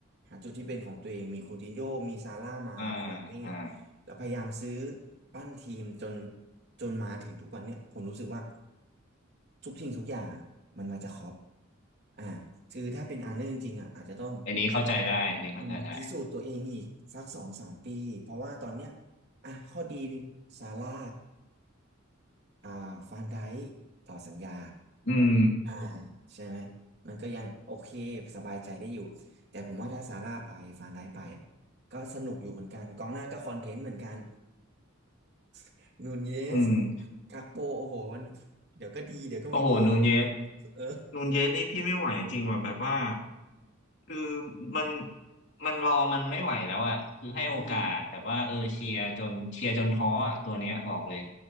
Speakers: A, on the right (about 55°); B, on the left (about 60°).
A: หาจุดที่เป็นของตัวเองมีคูตินโญ่มีซาร่ามามีมาเน่
B: อ่าอ่า
A: แล้วพยายามซื้อปั้นทีมจนจนมาถึงทุกวันเนี่ยผมรู้สึกว่าทุกสิ่งทุกอย่างอ่ะมันมาจากคล็อปอ่าคือถ้าเป็นอาร์เนอร์จริงๆอ่ะอาจจะต้อง
B: อันนี้เข้าใจได้อันนี้เข้าใจได้
A: อืมพิสูจน์ตัวเองอีกสักสองสามปีเพราะว่าตอนเนี้ยอ่ะข้อดีซาร่าอ่าฟานไดค์ต่อสัญญา
B: อืม
A: อ่าใช่ไหมมันก็ยังโอเคสบายใจได้อยู่แต่ผมว่าถ้าซาร่าไปฟานไดค์ไปอ่ะก็สนุกอยู่เหมือนกันกองหน้าก็คอนเทนต์เหมือนกัน <laughs> นูนเยส
B: อืม
A: กักโปโอ้โหมันเดี๋ยวก็ดีเดี๋ยวก็ไม่ดีอะไรอย่างงี้
B: โอ้โหนูนเยส
A: เออ
B: นูนเยสนี่พี่ไม่ไหวจริงว่ะแบบว่าคือมันมันรอมันไม่ไหวแล้วอ่ะคือให้โอกาสแบบว่าเออเชียร์จนเชียร์จนท้ออ่ะตัวเนี้ยบอกเลย
A: อืม